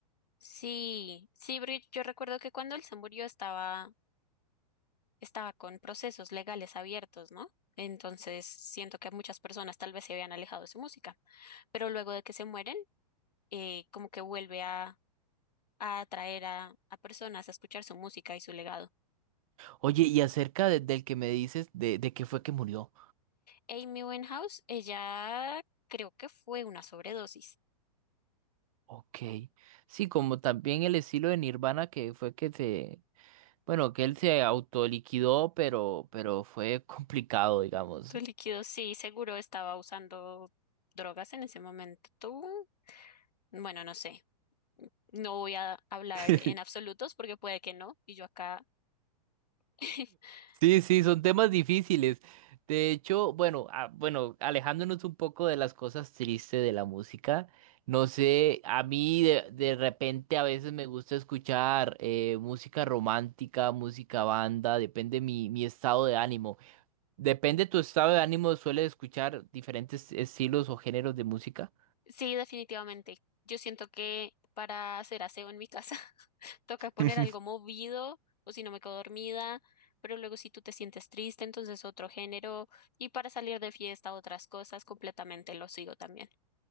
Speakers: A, on the left; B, on the right.
A: sí, sí, Brit, yo recuerdo que cuando él se murió estaba, estaba con procesos legales abiertos, ¿no? Entonces siento que muchas personas tal vez se habían alejado de su música, pero luego de que se mueren eh, como que vuelve a, a atraer a, a personas a escuchar su música y su legado.
B: Oye, y acerca de- del que me dices, de, de qué fue que murió.
A: Amy Winehouse, ella creo que fue una sobredosis.
B: Ok. Sí, como también el estilo de Nirvana que fue que se Bueno, que él se autoliquidó, pero, pero fue complicado, digamos.
A: líquido, sí, seguro estaba usando drogas en ese momento. Tú, bueno, no sé. No voy a hablar
B: <laughs>
A: en absolutos porque puede que no, y yo acá. <laughs>
B: Sí, sí, son temas difíciles. De hecho, bueno, ah, bueno, alejándonos un poco de las cosas tristes de la música, no sé, a mí de, de repente a veces me gusta escuchar eh, música romántica, música banda, depende mi, mi estado de ánimo. Depende tu estado de ánimo, ¿sueles escuchar diferentes estilos o géneros de música?
A: Sí, definitivamente. Yo siento que para hacer aseo en mi casa <laughs> toca poner
B: <laughs>
A: algo movido o si no me quedo dormida, pero luego si tú te sientes triste, entonces otro género y para salir de fiesta otras cosas, completamente lo sigo también.